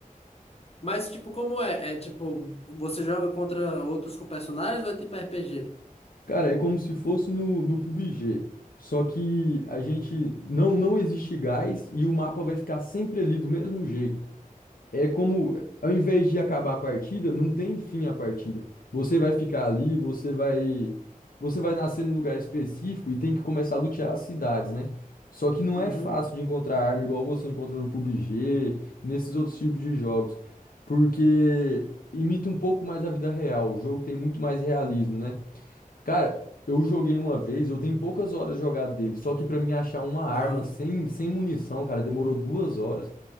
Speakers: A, on the left; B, on the left.
A: Mas, tipo, como é? É tipo, você joga contra outros com personagens ou é tipo RPG?
B: Cara, é como se fosse no, no PUBG, só que a gente não não existe gás e o mapa vai ficar sempre ali do mesmo jeito. É como, ao invés de acabar a partida, não tem fim a partida. Você vai ficar ali, você vai, você vai nascer num lugar específico e tem que começar a lutear as cidades, né? Só que não
A: Uhum.
B: é fácil de encontrar arma igual você encontra no PUBG, nesses outros tipos de jogos, porque imita um pouco mais a vida real. O jogo tem muito mais realismo, né? Cara, eu joguei uma vez, eu tenho poucas horas jogadas dele, só que pra mim achar uma arma
A: Aham.
B: sem, sem munição, cara, demorou duas horas.